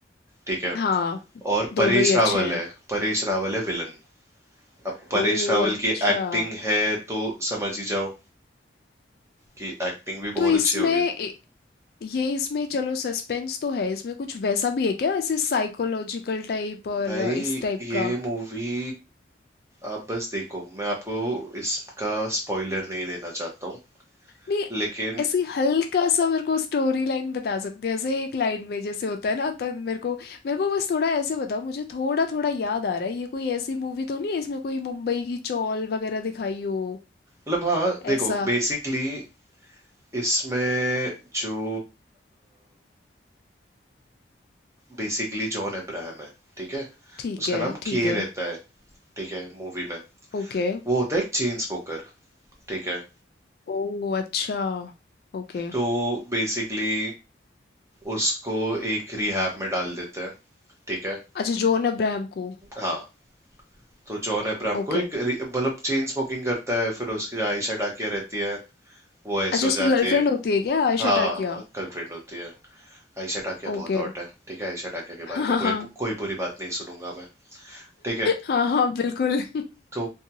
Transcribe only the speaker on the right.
ठीक है
और
परेश
रावल
है परेश रावल है विलन अब परेश
रावल
की एक्टिंग है तो समझ ही जाओ कि एक्टिंग भी
बहुत
अच्छी होगी
भाई
ये
मूवी आप बस देखो मैं आपको इसका स्पॉइलर नहीं देना चाहता हूँ
लेकिन
मतलब हाँ
देखो बेसिकली इसमें जो बेसिकली जॉन अब्राहम है ठीक है
उसका
नाम
के
रहता है ठीक है मूवी में
वो होता है एक चेन स्मोकर ठीक है
तो बेसिकली उसको एक रिहैब में डाल देते हैं ठीक है
हाँ तो जॉन अब्राहम
को एक रि- मतलब चेन स्मोकिंग करता है फिर उसकी आयशा टाकिया रहती है वो ऐसे
हो
जाती
है
हाँ
कल ट्रेंड होती है आयशा टाकिया
बहुत हॉट है ठीक है आयशा टाकिया के
बारे
में कोई
कोई बुरी बात नहीं सुनूंगा मैं ठीक है
तो